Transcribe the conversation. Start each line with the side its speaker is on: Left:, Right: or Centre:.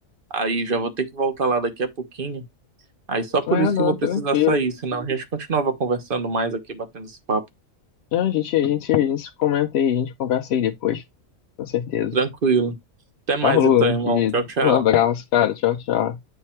Right: Aí já vou ter que voltar lá daqui a pouquinho. Aí só por
Left: É,
Right: isso
Left: não,
Right: que eu vou precisar
Left: tranquilo.
Right: sair, senão a gente continuava conversando mais aqui, batendo esse papo.
Left: É, a gente, a gente, a gente se comenta aí, a gente conversa aí depois. Com certeza.
Right: Tranquilo. Até mais
Left: Falou,
Right: então,
Left: meu
Right: irmão.
Left: querido.
Right: Tchau, tchau.
Left: Um abraço, cara. Tchau, tchau.